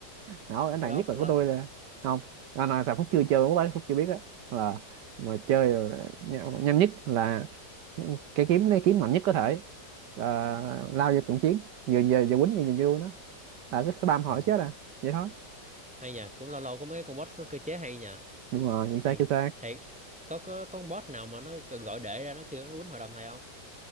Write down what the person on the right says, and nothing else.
không cái này
nhất là
của tôi
là không là là thằng Phúc chưa chơi của bán Phúc chưa biết á là mà chơi là nh- nhanh nhất là cái kiếm lấy kiếm mạnh nhất có thể là lao vô cận chiến vừa vừa vừa quýnh vừa nhìn vui nó là cứ spam
hỏi chết à vậy thôi
đúng rồi nhìn
xa kia xa